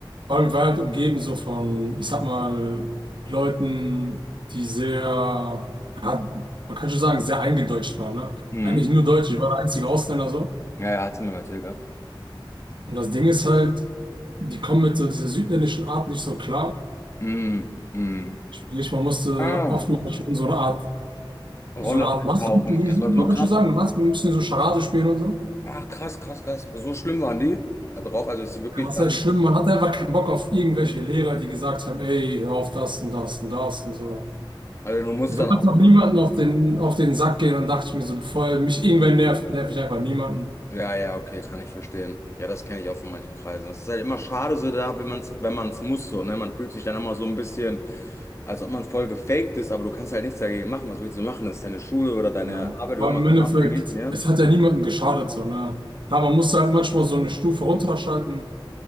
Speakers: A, on the right; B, on the left.
A: Vor allem, ich war halt umgeben so von, ich sag mal, Leuten, die sehr, ja, man kann schon sagen, sehr eingedeutscht waren. Ne?
B: Mhm.
A: Eigentlich nur Deutsch, ich war der einzige Ausländer so.
B: Ja, ja, hat's mir mal erzählt gehabt.
A: Und das Ding ist halt, die kommen mit so dieser südländischen Art nicht so klar.
B: Mhm. Mhm.
A: Sprich, man musste
B: Ah,
A: oftmals schon so eine Art
B: Rolle
A: so eine Art Masken,
B: reintauchen. Das war
A: man
B: so krass.
A: könnte schon sagen, Masken, ein bisschen so Charade spielen und so.
B: Ach, krass, krass, krass. So schlimm waren die da drauf. Also, es ist wirklich
A: Was
B: gar
A: heißt
B: nicht.
A: schlimm? Man hatte einfach keinen Bock auf irgendwelche Lehrer, die gesagt haben, ey, hör auf das und das und das und so.
B: Also, du musst
A: Ich wollte
B: dann auch.
A: einfach niemanden auf den, auf den Sack gehen und dachte ich mir so, bevor mich irgendwer nervt, nerv ich einfach niemanden.
B: Ja, ja, okay, kann ich verstehen. Ja, das kenne ich auch von manchen Kreisen. Es ist halt immer schade so da, wenn man es wenn man es muss, so, ne? Man fühlt sich dann immer so ein bisschen, als ob man voll gefaked ist, aber du kannst halt nichts dagegen machen. Was willst du machen? Das ist deine Schule oder deine
A: Ja.
B: Arbeit
A: Weil
B: irgendwas
A: im Endeffekt,
B: von abhängig, ne?
A: es hat ja niemandem geschadet, so, ne? Klar, man musste halt manchmal so eine Stufe runterschalten.